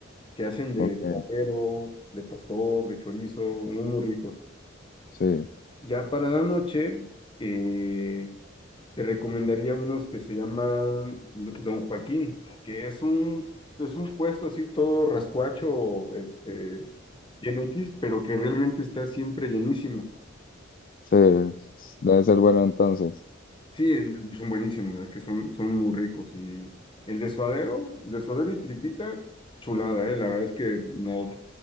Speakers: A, on the left; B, on the left.
A: que hacen de
B: Ok,
A: cuatero, de pastor, de chorizo, muy, muy ricos.
B: sí,
A: Ya para la noche, eh, te recomendaría unos que se llaman L- Don Joaquín, que es un, es un puesto así todo rascuacho, este, bien X, pero que realmente está siempre llenísimo.
B: sí, debe ser bueno entonces.
A: Sí, son buenísimos, es que son, son muy ricos. Y el de suadero, de suadero y tripita, chulada, ¿eh? La verdad es que no,